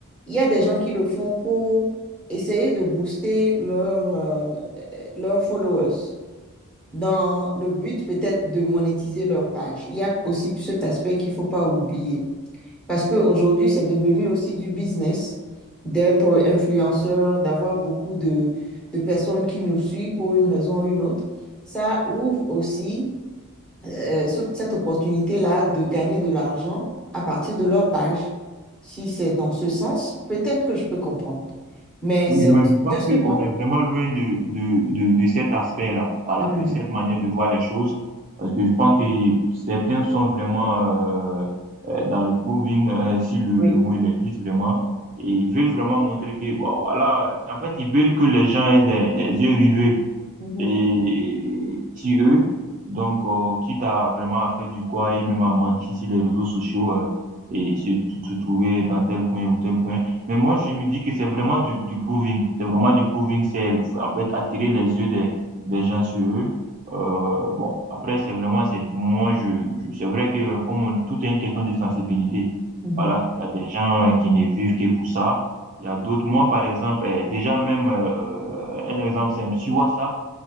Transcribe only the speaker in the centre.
il y a des gens qui le font pour essayer de booster leur, euh, leurs followers dans le but peut-être de monétiser leur page. Il y a aussi cet aspect qu'il ne faut pas oublier. Parce qu'aujourd'hui, c'est devenu aussi du business d'être influenceur, d'avoir beaucoup de, de personnes qui nous suivent pour une raison ou une autre. Ça ouvre aussi euh, cette opportunité-là de gagner de l'argent à partir de leur page. Si c'est dans ce sens, peut-être que je peux comprendre. Mais
c'est
aussi
décevant.
Mhm.
Oui.
Mhm.
Mhm.